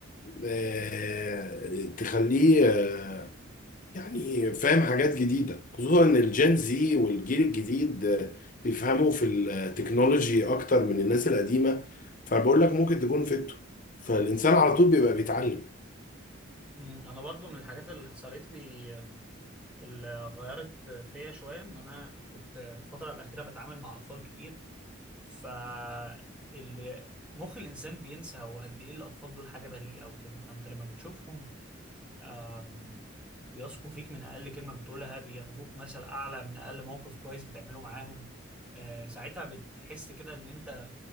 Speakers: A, on the left; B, in the centre.
A: آه، تخليه آه، يعني فاهم حاجات جديدة خصوصا ان الجين زي والجيل الجديد آه، بيفهموا في التكنولوجي اكتر من الناس القديمة فبقول لك ممكن تكون فته فالانسان على طول بيبقى بيتعلم
B: مم، انا برضو من الحاجات اللي حصلت لي آم، اللي غيرت فيا شويه ان انا كنت الفتره الاخيره بتعامل مع اطفال كتير فال مخ الانسان بينسى هو قد ايه الاطفال دول حاجه بريئه وكده فانت لما بتشوفهم آم، بيثقوا فيك من اقل كلمه بتقولها بياخدوك مثل اعلى من اقل موقف كويس بتعمله معاهم آه، ساعتها بتحس كده ان انت